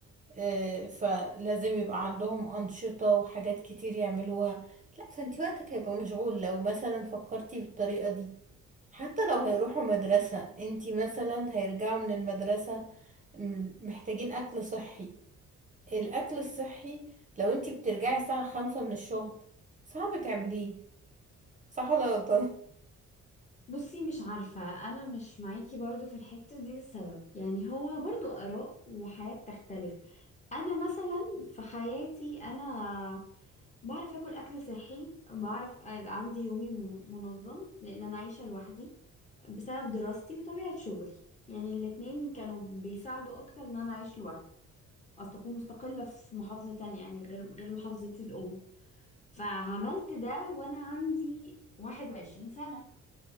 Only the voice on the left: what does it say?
بصي مش عارفة أنا مش معاكي برضو في الحتة دي السبب يعني هو برضو آراء وحياة بتختلف انا مثلا في حياتي انا بعرف اكل اكل صحي بعرف أبقى عندي يومي م- منظم لان انا عايشه لوحدي بسبب دراستي وطبيعه شغلي يعني الاتنين كانوا بيساعدوا اكتر ان انا اعيش لوحدي اصل اكون مستقله في محافظه تانية يعني غير غير محافظتي الام فعملت ده وانا عندي 21 سنه